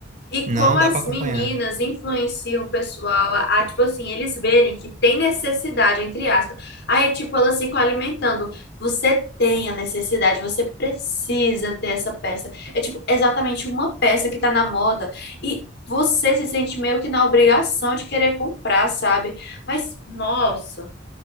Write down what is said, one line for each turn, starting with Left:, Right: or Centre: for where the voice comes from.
Left: E
Right: Não
Left: como as
Right: dá para acompanhar.
Left: meninas influenciam o pessoal a, a, tipo assim, eles verem que tem necessidade, entre aspas. Aí, tipo, elas ficam alimentando. Você tem a necessidade, você precisa ter essa peça. É, tipo, exatamente uma peça que tá na moda. E você se sente meio que na obrigação de querer comprar, sabe? Mas, nossa,